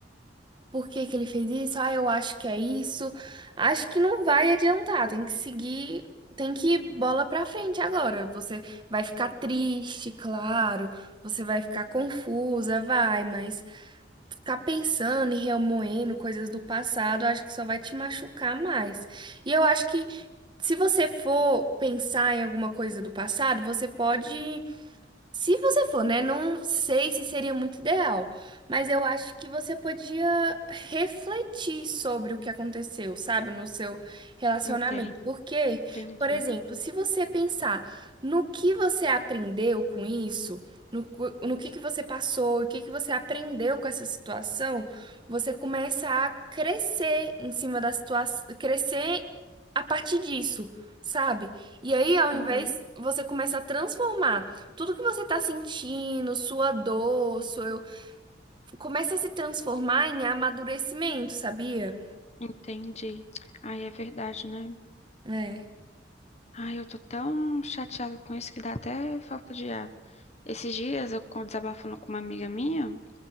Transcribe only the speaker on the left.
Entendo,
entendi.
Uhum.
Entendi. Ai, é verdade, né?
Ai, eu tô tão chateada com isso que dá até falta de ar. Esses dias, eu con- desabafando com uma amiga minha,